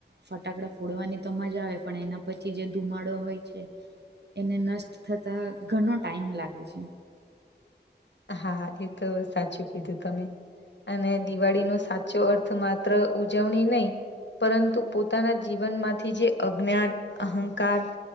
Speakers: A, on the right; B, on the left.
A: ફટાકડા ફોડવાની તો મજા આવે પણ એના પછી જે ધુમાડો હોય છે, એને નષ્ટ થતાં ઘણો ટાઈમ લાગે છે.
B: હા એ તો સાચું કીધું તમે અને દિવાળી ન સાચ સાચો અર્થ માત્ર ઉજવણી નહી, પરંતુ પોતાના જીવનમાંથી જે અજ્ઞાન, અહંકાર,